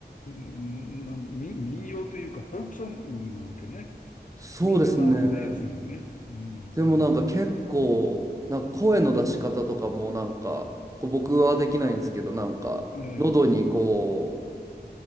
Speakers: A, on the left; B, on the right.
A: んなん民、民謡というか、フォークソングなわけね。
B: そうですね。
A: 民謡なわけね、要するにね。うん、
B: でもなんか結構、
A: 日本でいう。
B: なんか声の出し方とかもなんか、こう僕はできないんですけど、なんか、
A: ええ、
B: 喉にこう、